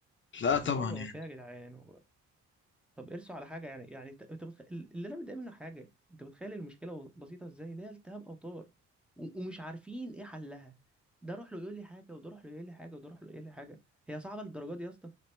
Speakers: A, on the left; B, in the centre.
A: لا
B: عمال
A: طبعا
B: اقول هو
A: يعني
B: فيها يا جدعان هو طب ارسوا على حاجه يعني يعني انت أنت بتخ... اللي انا متضايق منه حاجه انت متخيل المشكله بس- بسيطه ازاي اللي هي التهاب اوتار و... ومش عارفين ايه حلها ده روح له يقول لي حاجه وده روح له يقول لي حاجه وده روح له يقول لي حاجه هي صعبه للدرجه دي يا اسطى